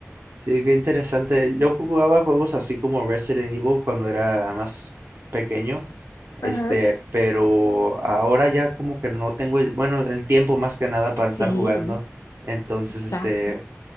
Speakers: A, on the right; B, on the left.
A: Sí, qué interesante. Yo jugaba juegos así como Resident Evil cuando era más pequeño, este,
B: Ajá.
A: pero ahora ya como que no tengo el, bueno, el tiempo más que nada para
B: Sí,
A: estar jugando. Entonces,
B: exacto.
A: este,